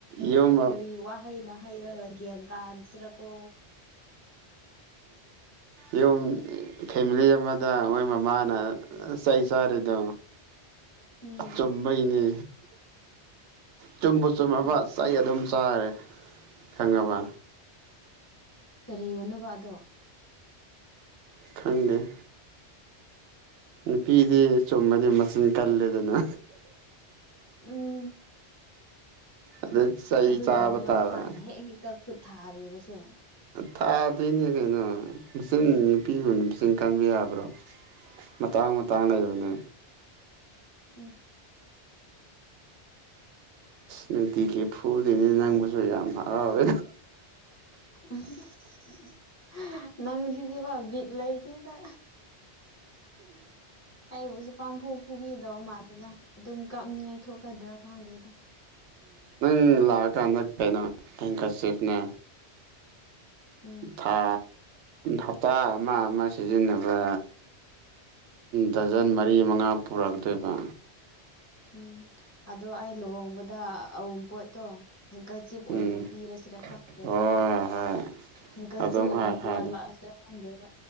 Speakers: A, on the right; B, on the left.
A: ꯌꯨꯝ
B: ꯀꯔꯤ ꯋꯥꯍꯩꯅ ꯍꯥꯏꯔꯒ ꯒꯌ꯭ꯥꯟ ꯇꯥꯍꯟꯁꯤꯔꯀꯣ
A: ꯌꯨꯝ ꯐꯦꯃꯤꯂꯤ ꯑꯃꯗ ꯃꯣꯏ ꯃꯃꯥꯅ ꯆꯩ ꯆꯥꯔꯤꯗꯣ
B: ꯎꯝ
A: ꯆꯨꯝꯕꯩꯅꯦ ꯆꯨꯝꯕꯨ ꯆꯨꯝꯃꯕ
B: ꯎꯝ ꯎꯝ
A: ꯆꯩ ꯑꯗꯨꯝ ꯆꯥꯔꯦ ꯈꯪꯉꯕ
B: ꯀꯔꯤꯌꯣꯅꯕ ꯑꯗꯣ
A: ꯈꯪꯗꯦ ꯅꯨꯄꯤꯗꯤ ꯆꯨꯝꯃꯗꯤ ꯃꯆꯤꯟ ꯀꯜꯂꯦꯗꯅ
B: ꯎꯝ
A: ꯑꯗ ꯆꯩ
B: ꯑꯗꯨꯒꯤꯅꯦꯕ
A: ꯆꯥꯕ ꯇꯥꯕ
B: ꯅꯨꯄꯥꯅ ꯍꯦꯛ ꯍꯦꯛꯇ ꯈꯨꯠ ꯊꯥꯔꯤꯕꯁꯦ
A: ꯊꯥꯗꯣꯏꯅꯦ ꯀꯩꯅꯣ ꯃꯁꯤꯡꯆꯤꯟ ꯅꯨꯄꯤꯕꯨꯅ ꯃꯁꯤꯡ ꯃꯁꯤꯡ ꯀꯥꯟꯕ ꯌꯥꯕ꯭ꯔꯣ ꯃꯇꯥꯡ ꯃꯇꯥꯡ
B: ꯎꯝ
A: ꯂꯩꯕꯅꯤ
B: ꯎꯝ
A: ꯅꯨꯡꯇꯤꯒꯤ ꯐꯨꯗꯣꯅꯤ ꯅꯪꯕꯁꯨ ꯌꯥꯝ ꯍꯔꯥꯎꯋꯦ
B: ꯎꯝ <unintelligible> ꯅꯪ ꯁꯤꯗꯤꯕ ꯕꯤꯠ ꯂꯩꯇꯦ ꯗ ꯑꯩꯕꯨꯖꯤꯛ ꯄꯥꯡꯐꯨ ꯐꯨꯕꯤꯗꯧ ꯃꯥꯜꯂꯅ ꯑꯗꯨꯝ ꯀꯛꯅꯤꯡꯉꯥꯏ ꯊꯣꯛꯀꯗ꯭ꯔꯥ ꯈꯪꯗꯦꯗ
A: ꯎ ꯂꯥꯛꯑꯀꯥꯟꯗ ꯀꯩꯅꯣ ꯑꯦꯡꯀꯔꯆꯦꯇꯅꯦ
B: ꯎꯝ
A: ꯊꯥ ꯍꯞꯇꯥ ꯑꯃ ꯑꯃ ꯁꯤꯖꯤꯟꯅꯕ ꯗꯖꯟ ꯃꯔꯤ ꯃꯉꯥ ꯄꯨꯔꯛꯇꯣꯏꯕ
B: ꯎꯝ ꯑꯗꯣ ꯑꯩ ꯂꯨꯍꯣꯡꯕꯗ ꯑꯎꯨꯝ ꯄꯣꯠꯇꯣ ꯍꯦꯟꯀꯆꯤꯞ ꯑꯣꯏꯅ
A: ꯎꯝ
B: ꯄꯤꯔꯁꯤꯔꯥ ꯈꯪꯗ꯭ꯔꯦꯗ
A: ꯍꯣꯏ ꯍꯣꯏ
B: ꯍꯤꯡꯀꯜꯁꯤ
A: ꯑꯗꯨꯝ
B: ꯑꯣꯏꯅ
A: ꯍꯥꯏ
B: ꯄꯨꯋꯥ
A: ꯍꯥꯏꯔꯣ
B: ꯂꯥꯛꯑꯁꯤꯔ ꯈꯪꯗꯦꯕ